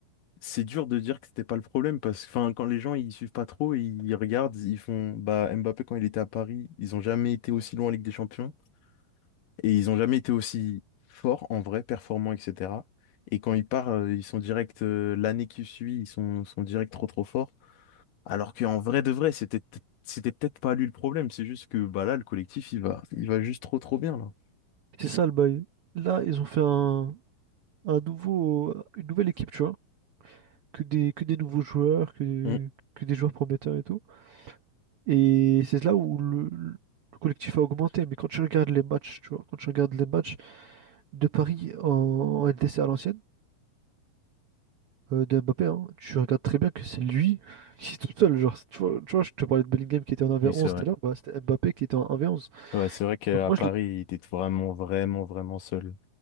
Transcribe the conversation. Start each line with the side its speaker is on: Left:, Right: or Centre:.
Left: C'est dur de dire que c'était pas le problème parce que enfin, quand les gens ils suivent pas trop, ils regardent, ils font bah Mbappé quand il était à Paris, ils ont jamais été aussi loin en Ligue des Champions et ils ont jamais été aussi forts en vrai, performants, etc. Et quand ils partent, euh, ils sont direct euh, l'année qui suit, ils sont, sont direct trop trop forts. Alors qu'en vrai de vrai, c'était peut- c'était peut-être pas lui le problème, c'est juste que bah là le collectif il va il va juste trop trop bien là.
Right: C'est ça le bail. Là, ils ont fait un, un nouveau, une nouvelle équipe, tu vois. Que des, que des nouveaux joueurs, que,
Left: Mm.
Right: que des joueurs prometteurs et tout. Et c'est là où le, le collectif a augmenté. Mais quand tu regardes les matchs, tu vois, quand tu regardes les matchs de Paris en, en LDC à l'ancienne, euh, de Mbappé, hein, tu regardes très bien que c'est lui qui est tout seul. Genre, tu vois, tu vois, je te parlais de Bellingham qui était en 1v11
Left: Oui, c'est vrai.
Right: tout à l'heure, bah, c'était Mbappé qui était en 1v11.
Left: Ouais, c'est vrai qu'à
Right: Donc moi,
Left: Paris,
Right: je l'ai-
Left: il était vraiment vraiment vraiment seul.